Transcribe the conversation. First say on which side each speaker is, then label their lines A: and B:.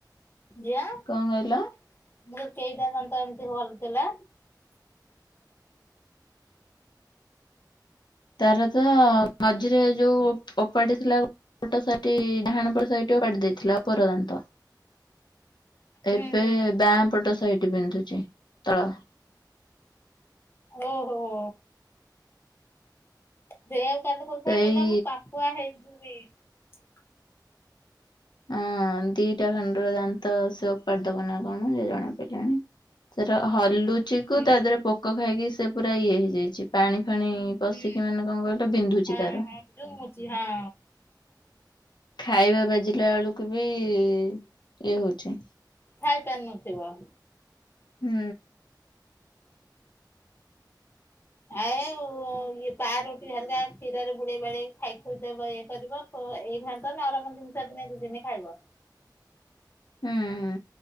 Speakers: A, on the left; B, on the left.
A: ଯଆ
B: କଣ କହିଲ
A: କେଇଟା <inaudible> ଏମିତି ହଲ ଥିଲା।
B: ତାର ତ ମଝିରେ ଯୋଉ ଓପାଡ଼ି ଥିଲା <unintelligible> ପଟ ସାଇଟ୍ ଡାହାଣ ପଟ ସାଇଡ୍‌ ଓପାଡି ଦେଇଥିଲା ଓପର ଦାନ୍ତ। ଏବେ
A: ହୁଁ ହୁଁ
B: ବାପଟ ସାଇଟ୍ ବିନ୍ଧୁଚି ତଳ।
A: ଓହୋ ହୋ। ସେୟା କାଲୁ କହୁଥାଏ
B: ସେଇ
A: କାଲି ଆମେ ପାକୁଆ ହେଇଯିବୁ। <unintelligible>
B: ହଁ ଦିଟା ଖଣ୍ଡର ଦାନ୍ତ ସେ ଉପାଡ଼ିଦବ ନା କଣ ଯା ଜଣା ପାଇଲାଣି ସେର ହଲୁ ଚି ତା
A: ହୁଁ
B: ଦେହରେ ପୋକ ଖାଇକି ସେ ପୁରା ଇଏ ହେଇଯାଇଚି ପାଣି ପାଣି ପଷିକି
A: ହୁଁ
B: ମାନେ କଣ କହିଲ ବିନ୍ଧୁଚି
A: ହଁ
B: ତାର।
A: ହଁ ଯୋଉ ମୁଚି ହଁ
B: ଖାଇବା ବାଜିଲା ଆଳୁକୁ ବି ଇଏ ହୋଉଛି।
A: ଖାଇ ପାରୁନଥିବ?
B: ହୁଁ।
A: ଆଇ ଇଏ ପାରୁଟି ହେରିକା କ୍ଷୀରରେ ବୁଡେଇ ବାଡେଇକି ଖାଇ ଖୁଇଦେବ ଇଏ କରିବ ଖୋ ଏଇ ଘ ତମେ <unintelligible> ତିନି ଚାରିଦିନେ ଦିନେ ଖାଇବ।
B: ହୁଁ ହୁଁ